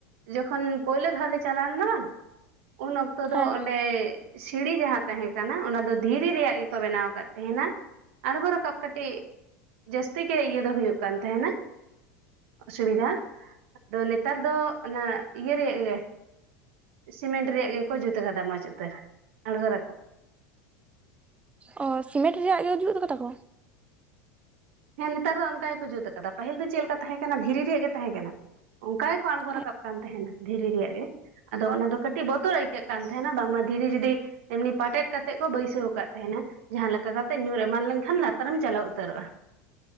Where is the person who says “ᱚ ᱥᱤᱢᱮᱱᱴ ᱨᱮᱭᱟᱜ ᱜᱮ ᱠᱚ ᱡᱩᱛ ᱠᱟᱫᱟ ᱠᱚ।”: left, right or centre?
Right